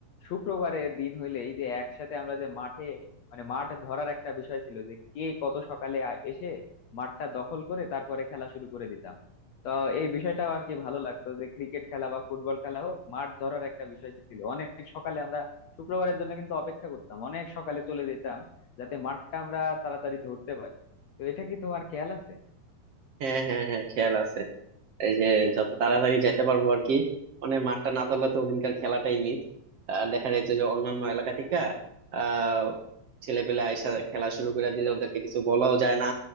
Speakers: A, on the left; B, on the right.
A: শুক্রবারে দিন হইলে এই যে একসাথে আমরা যে মাঠে মানে মাঠ ধরার একটা বিষয় ছিল যে কে কত সকালে আ- এসে মাঠটা দখল করে তারপরে খেলা শুরু করে দিতাম তো এই বিষয়টা আর কি ভালো লাগতো যে ক্রিকেট খেলা বা ফুটবল খেলা হোক মাঠ ধরার একটা বিষয় ছিল অনেক সকালে আমরা শুক্রবারের জন্য কিন্তু অপেক্ষা করতাম অনেক সকালে চলে যেতাম যাতে মাঠটা আমরা তাড়াতাড়ি ধরতে পারি তো এটা কি তোমার খেয়াল আছে
B: হ্যাঁ হ্যাঁ হ্যাঁ খেয়াল আছে এই যে যত তাড়াতাড়ি যেতে পারবো আর কি মানে মাঠটা না ধরলে তো ওদিনকার খেলাটাই মিস আর দেখা যাচ্ছে যে অন্যান্য এলাকা থেকে আহ ছেলেপেলে আইসা খেলা শুরু করে দিলে ওদেরকে কিছু বলাও যায় না